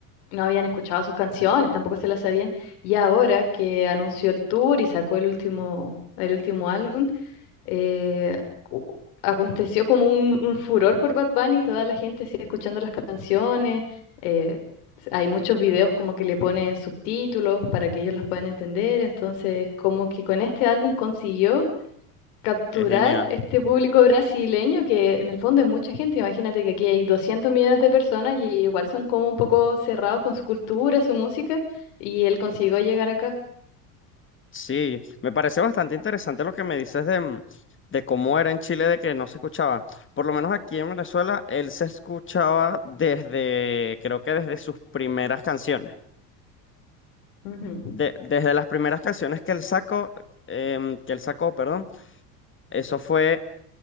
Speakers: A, on the left; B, on the left.
A: no habían escuchado sus canciones, tampoco se las sabían. Y ahora que anunció el tour y sacó el último, el último álbum, eh, u- aconteció como un, un furor por Bad Bunny, toda la gente sigue escuchando las canciones. eh, hay muchos videos como que le ponen subtítulos para que ellos las puedan entender. Entonces, como que con este álbum consiguió capturar
B: Qué genial.
A: este público brasileño, que en el fondo es mucha gente. Imagínate que aquí hay 200 millones de personas y igual son como un poco cerrados con su cultura, su música, y él consiguió llegar acá.
B: Sí, me parece bastante interesante lo que me dices de, mm, de cómo era en Chile, de que no se escuchaba. Por lo menos aquí en Venezuela, él se escuchaba desde, creo que desde sus primeras canciones.
A: Ujú,
B: De- desde las primeras canciones que él sacó, em, que él sacó, perdón, eso fue